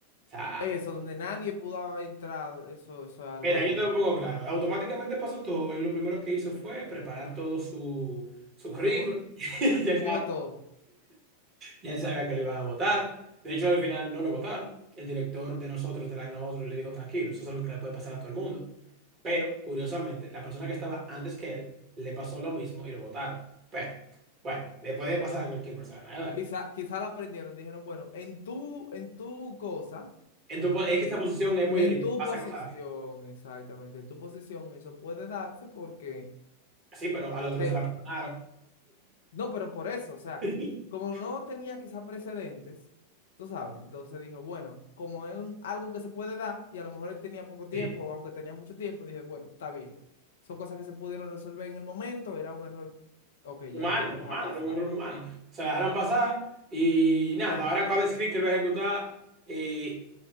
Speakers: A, on the right; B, on the left.
A: o sea,
B: Eso, donde nadie pudo entrar, eso, eso es algo.
A: Mira, yo tampoco, claro. Automáticamente pasó todo. Él lo primero que hizo fue preparar todo su, su currículum.
B: reco-
A: <laughs>
B: recogió
A: Ya él,
B: todo.
A: ya él sabía que lo iban a votar. De hecho, al final no lo votaron. El director de nosotros, del área de nosotros, le dijo, tranquilo, eso es algo que le puede pasar a todo el mundo. Pero, curiosamente, la persona que estaba antes que él le pasó lo mismo y lo votaron. Pero, bueno, le puede pasar a cualquier persona, ¿eh? ¿verdad?
B: Quizá, quizá la aprendieron, dijeron, bueno, en tu, en tu cosa.
A: En tu po- es que esta posición es muy
B: En
A: delicada,
B: tu
A: pasan
B: posición,
A: cosas así.
B: exactamente, en tu posición eso puede darse porque,
A: Sí, pero al otro
B: eh,
A: no se la perdonaron.
B: no, pero por eso, o sea,
A: <laughs>
B: como no tenía quizá precedentes, tú sabes, entonces dijo, bueno, como es un- algo que se puede dar y a lo mejor él tenía poco tiempo,
A: Sí.
B: o aunque tenía mucho tiempo, dije, bueno, está bien, son cosas que se pudieron resolver en el momento, era un error, ok, ya,
A: humano,
B: la vamos a
A: humano,
B: dejar pasar.
A: era un error humano. Se la dejaron pasar y nada, ahora cada script que él va a ejecutar, eh,